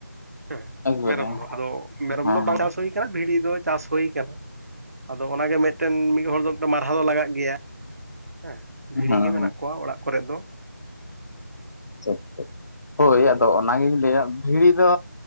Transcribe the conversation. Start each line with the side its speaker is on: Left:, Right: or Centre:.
Right: ᱦᱮᱸ
Left: ᱮᱠᱵᱟᱨᱮ
Right: ᱢᱮᱨᱚᱢ ᱫᱚ ᱟᱫᱚ ᱢᱮᱨᱚᱢ
Left: ᱦᱮᱸ
Right: ᱫᱚ ᱵᱟᱝ ᱪᱟᱥ ᱦᱩᱭ ᱵᱷᱤᱲᱤ ᱫᱚ ᱪᱟᱥ ᱦᱩᱭ ᱠᱟᱱᱟ, ᱟᱫᱚ ᱚᱱᱟᱜᱮ ᱢᱤᱫᱴᱮᱱ ᱢᱤᱫ ᱦᱚᱲ ᱫᱚ ᱢᱟᱨᱦᱟ ᱫᱚ ᱞᱟᱜᱟᱜ ᱜᱮᱭᱟ᱾ ᱦᱮᱸ ᱵᱷᱤᱲᱤ
Left: ᱦᱮᱸ
Right: ᱜᱮ ᱢᱮᱱᱟᱜ ᱠᱚᱣᱟ ᱚᱲᱟᱜ ᱠᱚᱨᱮ ᱫᱚ᱾
Left: ᱟᱪᱷᱟ ᱪᱷᱟ ᱦᱳᱭ ᱟᱫᱚ ᱚᱱᱟᱜᱤᱧ ᱞᱟᱹᱭᱟ, ᱵᱷᱤᱲᱤ ᱫᱚ